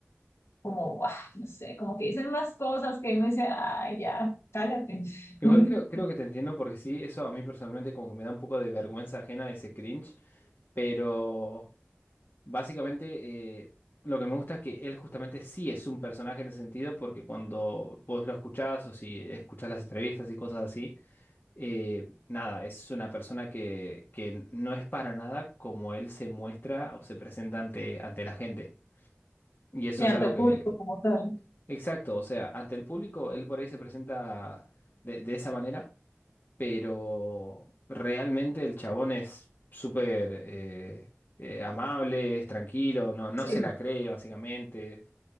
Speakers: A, on the left; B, on the left.
A: como, guau, no sé, como que dicen unas cosas que uno dice, ay, ya, cállate.
B: Igual
A: <laughs>
B: creo, creo que te entiendo porque sí, eso a mí personalmente como que me da un poco de vergüenza ajena ese cringe, pero básicamente eh, lo que me gusta es que él justamente sí es un personaje en ese sentido porque cuando vos lo escuchás o si escuchás las entrevistas y cosas así, eh, nada, es una persona que, que no es para nada como él se muestra o se presenta ante, ante la gente. Y eso
A: Sí,
B: es
A: ante
B: algo
A: el
B: que,
A: público como tal.
B: exacto, o sea, ante el público él por ahí se presenta de de esa manera pero realmente el chabón es súper eh, eh, amable, es tranquilo, no, no
A: Sí.
B: se la cree básicamente,